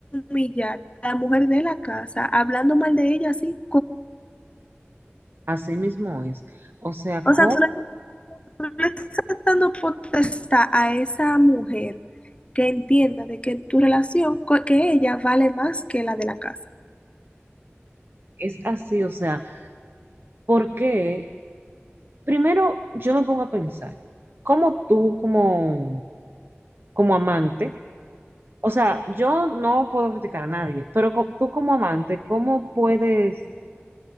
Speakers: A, on the left; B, on the right.
A: humillar a la mujer de la casa, hablando mal de ella así.
B: Así mismo es. O sea,
A: O
B: ¿cómo
A: sea, tú le, tú le estás dando potestad a esa mujer que entienda de que tu relación, co- que ella vale más que la de la casa.
B: es así? O sea, porque primero yo me pongo a pensar, ¿cómo tú como, como amante? O sea, yo no puedo criticar a nadie, pero co- tú como amante, ¿cómo puedes